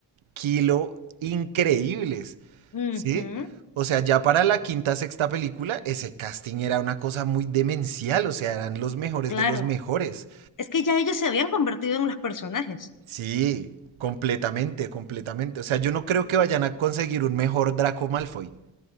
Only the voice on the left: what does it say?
Ujú,
claro.
Es que ya ellos se habían convertido en los personajes.